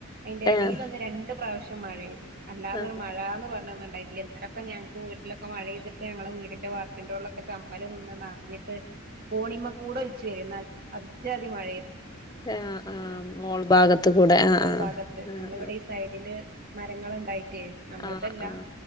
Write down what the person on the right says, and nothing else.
അയ്ൻ്റെ
എടീലൊന്ന് രണ്ട് പ്രാവശ്യം മഴയ്തു അല്ലാതെരു
മഴാന്ന് പറഞ്ഞൊന്നുണ്ടായിട്ടില്ല ഇന്നലൊക്കെ ഞങ്ങക്ക് വീട്ടി ലൊക്കെ മഴയ്തിട്ട് ഞങ്ങളെ വീടിന്റെ വാർപ്പിൻ്റെ മോൾലൊക്കെ ചമ്മല് നിന്ന് നറഞ്ഞിട്ട് കോണിമ്മക്കൂടെ ഒലിച്ചു വരാരുന്നു അജ്‌ജാതി മഴരുന്നു
മുഗൾ
ഭാഗത്ത് നമ്മളവിടെ ഈ സൈഡില് മരങ്ങളുണ്ടായിട്ടേ നമ്മൾതല്ല